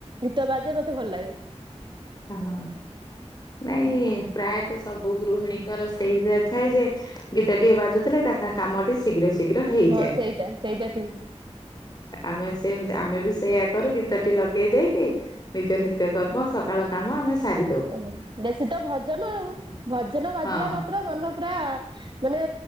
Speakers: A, on the right (about 45°); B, on the left (about 35°).
A: ଗୀତ ବାଜେ ମତେ ଭଲ ଲାଗେ।
B: ହଁ। ନାଇଁ ପ୍ରାୟତଃ ସବୁ ଗୃହିଣୀଙ୍କର ସେଇ ଯା ଥାଏ ଯେ ଗୀତ ଟିକେ ବାଜୁଥିଲେ ତାଙ୍କ। କାମଟି ଶୀଘ୍ର ଶୀଘ୍ର ହେଇଯାଏ।
A: ହଁ ସେଇଟା ସେଇଟା ଠିକ।
B: ଆମେ ସେମ ଆମେ ବି ସେଇଆ କରୁ ଗୀତଟି ଲଗେଇ ଦେଇକି ନିଜ ନିତ୍ୟ କର ର୍ମ ଏବଂ ସକାଳ କାମ ଆମେ ସାରି।
A: ହଁ ବେଶୀ ତ ଭଜନ ଆଉ ଭଜନ ବାଜିଲା
B: ହଁ।
A: ମାତ୍ରେ ମନ ପୁରା। ମାନେ